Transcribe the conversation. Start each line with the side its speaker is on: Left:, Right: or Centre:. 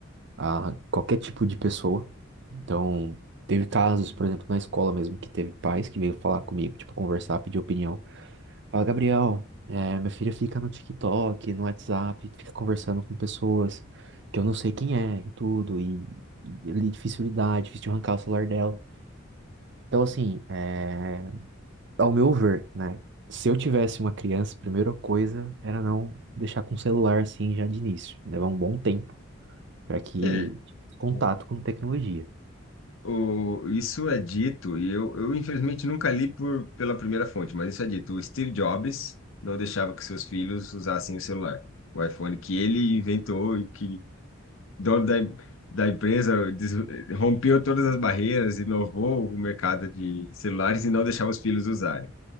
Right: a qualquer tipo de pessoa. Então, teve casos, por exemplo, na escola mesmo, que teve pais que veio falar comigo, tipo, conversar, pedir opinião. Fala, Gabriel, é, minha filha fica no TikTok, no WhatsApp, fica conversando com pessoas que eu não sei quem é e tudo, e, e é difícil lidar, é difícil de arrancar o celular dela. Então, assim, é, ao meu ver, né? Se eu tivesse uma criança, a primeira coisa era não deixar com o celular assim já de início. Levar um bom tempo para que
Left: É.
Right: tipo, contato
Left: Bom,
Right: com tecnologia.
Left: O, isso é dito, e eu, eu infelizmente nunca li por, pela primeira fonte, mas isso é dito. O Steve Jobs não deixava que seus filhos usassem o celular, o iPhone que ele inventou e que dono da, em- da empresa des- rompeu todas as barreiras, inovou o mercado de celulares e não deixava os filhos usarem.